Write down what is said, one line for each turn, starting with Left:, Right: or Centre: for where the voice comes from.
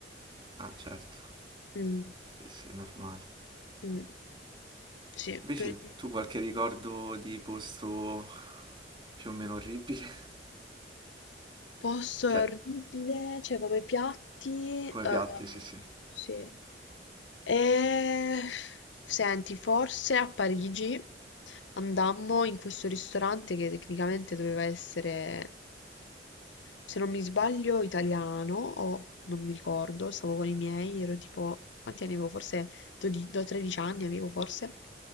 Right: Ah, certo.
Left: Mm,
Right: Sì, sì, è normale.
Left: mm. Sì,
Right: Invece
Left: per
Right: tu qualche ricordo di posto più o meno orribile? <laughs>
Left: posto
Right: Cioè,
Left: è orribile, cioè come piatti,
Right: come
Left: eh,
Right: piatti, sì, sì.
Left: sì. E... Senti, forse a Parigi andammo in questo ristorante che tecnicamente doveva essere, se non mi sbaglio, italiano o non mi ricordo, stavo con i miei, ero tipo, quanti anni avevo? Forse 12 do- 13 anni avevo forse.